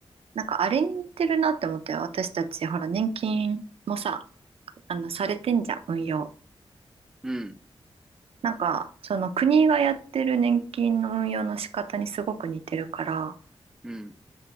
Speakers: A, on the right (about 85°); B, in the centre.
A: なんかあれに似てるなって思って私たちほら年金もさあのされてんじゃん運用
B: うん。
A: なんかその国がやってる年金の運用の仕方にすごく似てるから
B: うん。